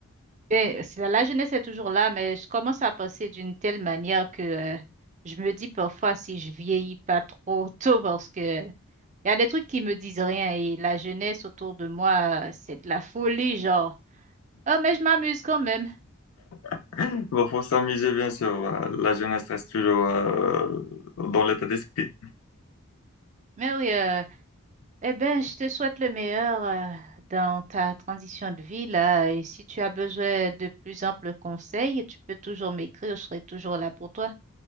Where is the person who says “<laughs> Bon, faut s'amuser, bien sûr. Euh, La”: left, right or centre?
Left